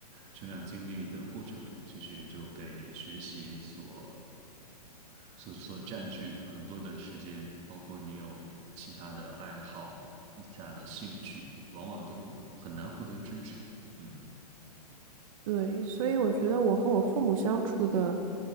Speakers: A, on the right; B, on the right.
A: 成长经历的过程中，其实就被学习所所所占据很多的时间，包括你有其他的爱好、其他的兴趣，往往都很难获得支持。嗯
B: 对，所以我觉得我和我父母相处的